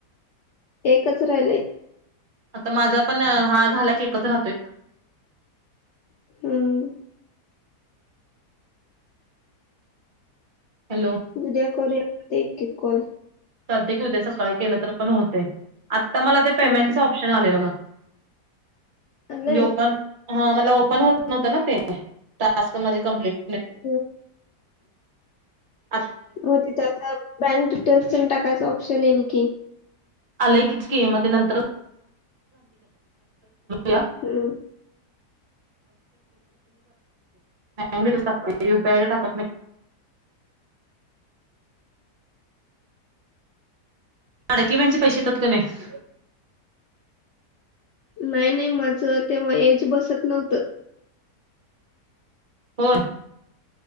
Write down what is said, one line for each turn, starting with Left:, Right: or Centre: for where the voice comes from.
Left: एकच राहिलंय.
Right: आता माझा पण हा झाला की एकच राहतोय.
Left: हम्म
Right: हॅलो
Left: उद्या करूया एक एक कॉल
Right: चालते की उद्या सकाळी केलं तर पण होते आता मला ते पेमेंटचं
Left: हम्म
Right: ऑप्शन आले बघा.
Left: आलंय
Right: म्हणजे ओपन ह मला ओपन होत नव्हतं ना ते टास्क म्हे कमप्लीट
Left: हम्म.
Right: <unintelligible> <inaudible>
Left: होती आ बँक डिटेल्स प टाकायच ऑप्शन येईल की
Right: आलंय कीच केम ते नंतरतेलू झा.
Left: हम्म
Right: मगुप टाकत अडकीि ब्यांचे पैसे येतात का नाही
Left: नाही नाही माझ तेव्हा एज बसत नव्हतं.
Right: पण.